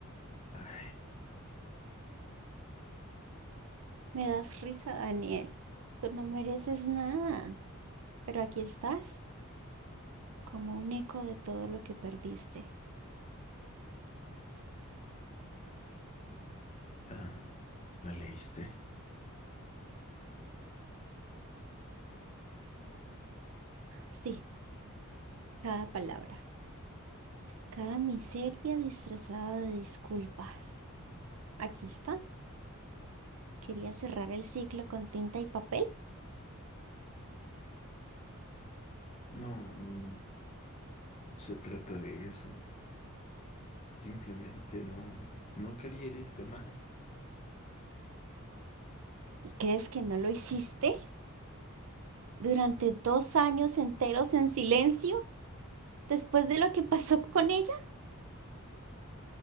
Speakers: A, on the left; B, on the right.
A: Ay,
B: Me das risa, Daniel. Tú no mereces nada. Pero aquí estás, como un eco de todo lo que perdiste.
A: ah, ¿la leíste?
B: Sí, cada palabra, cada miseria disfrazada de disculpas. Aquí está. Quería cerrar el ciclo con tinta y papel.
A: No, mm, no se trata de eso. Simplemente no, no quería herirte más.
B: ¿Y crees que no lo hiciste? durante dos años enteros en silencio después de lo que pasó <laughs> con ella